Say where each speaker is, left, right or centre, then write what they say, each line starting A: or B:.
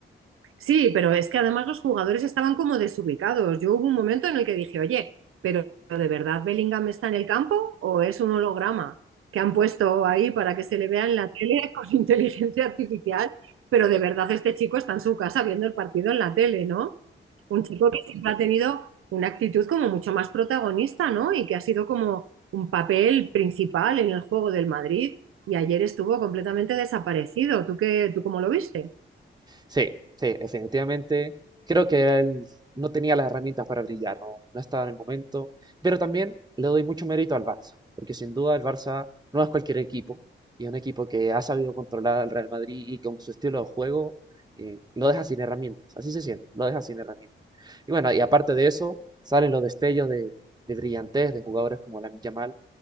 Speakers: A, on the right (about 80°); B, on the right (about 20°).
A: Sí, pero es que además los jugadores estaban como desubicados. Yo hubo un momento en el que dije, oye, pero ¿de verdad Bellingham está en el campo o es un holograma que han puesto ahí para que se le vea en la tele <laughs> con inteligencia artificial? Pero de verdad este chico está en su casa viendo el partido en la tele, ¿no? Un chico que siempre ha tenido una actitud como mucho más protagonista, ¿no? Y que ha sido como un papel principal en el juego del Madrid y ayer estuvo completamente desaparecido. ¿Tú qué, tú cómo lo viste?
B: Sí, sí, definitivamente. Creo que él no tenía las herramientas para brillar, no, no estaba en el momento. Pero también le doy mucho mérito al Barça, porque sin duda el Barça no es cualquier equipo, y es un equipo que ha sabido controlar al Real Madrid y con su estilo de juego eh, lo deja sin herramientas. Así se siente, lo deja sin herramientas. Y bueno, y aparte de eso, salen los destellos de, de brillantez de jugadores como Lamine Yamal